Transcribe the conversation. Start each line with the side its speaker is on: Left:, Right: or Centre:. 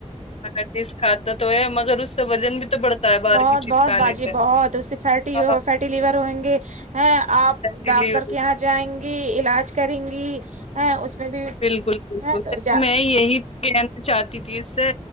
Left: ہا چیز کھاتا تو ہے مگر اس سے وزن بھی تو بڑھتا ہے باہر
Right: بہت
Left: کی چیز
Right: بہت
Left: کھانے
Right: باجی
Left: سے
Right: بہت اس سے فیٹی
Left: ہاں
Right: فیٹی لیور ہوئیں گے ہیں آپ
Left: بالکل
Right: ڈاکٹر کے یہاں جائیں گی علاج کریں گی ہیں اس میں بھی
Left: بالکل بالکل
Right: ہے تو
Left: دیکھوں
Right: جا
Left: میں یہی کہنا چاہتی تھی اس سے